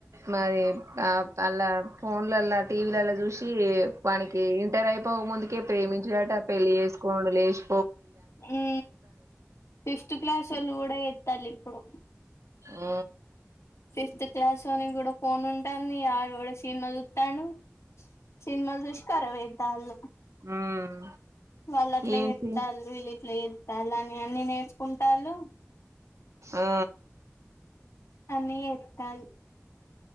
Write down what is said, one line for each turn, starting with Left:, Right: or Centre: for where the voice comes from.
Right: మరి ఆ అలా ఫోన్లలా టీవీలలా చూసి వాకి ఇంటర్ అయి పో ముందుకే ప్రేమించినట పెళ్ళి చేసుకోం లేష్
Left: ఉ ఫిఫ్త్ క్లాస్ వాళ్ళు కూడా ఎత్తాలి ఇప్పుడు
Right: ఆ
Left: ఫిఫ్త్ క్లాస్ లోని కూడా ఫోన్ ఉంటాంది ఆడ కూడా సీన్ వదుతాను సినిమా కరాబ్ అయితాండ్రు
Right: ఉమ్,
Left: వాళ్లు అట్లా
Right: ఏంటి
Left: చేస్తారు ప్స్తాలని అన్ని నేర్కుంటాలు
Right: ఆ
Left: అని ఎతను